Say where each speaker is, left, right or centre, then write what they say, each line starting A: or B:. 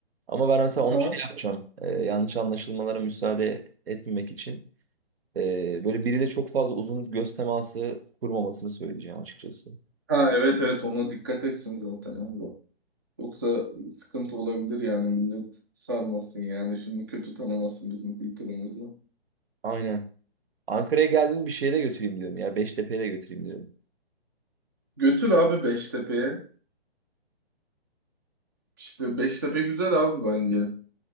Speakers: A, on the right; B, on the right.
A: Ama ben mesela
B: Aha.
A: onu şey yapacağım. Ee, yanlış anlaşılmalara müsaade etmemek için. ee, böyle biriyle çok fazla uzun göz teması kurmamasını söyleyeceğim açıkçası.
B: Ha evet evet ona dikkat etsin zaten abi. Yoksa sıkıntı olabilir yani millet sarmasın yani. Şimdi kötü tanımasın bizim kültürümüzü.
A: Aynen. Ankara'ya geldiğimde bir şeye de götüreyim diyorum ya. Beştepe'ye de götüreyim diyorum.
B: Götür abi Beştepe'ye. İşte Beştepe güzel abi bence.